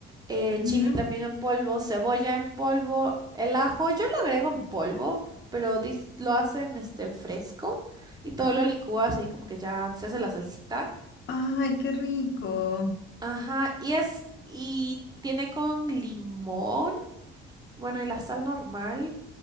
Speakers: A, on the right; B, on the left.
A: eh,
B: Ujú.
A: chili también en polvo, cebolla en polvo, el ajo, yo lo agrego en polvo, pero dis- lo hacen este fresco y todo lo licúas ahí como que ya se hace la salsita.
B: Ay, qué rico.
A: Ajá, y es, y tiene con limón, bueno, y la sal normal.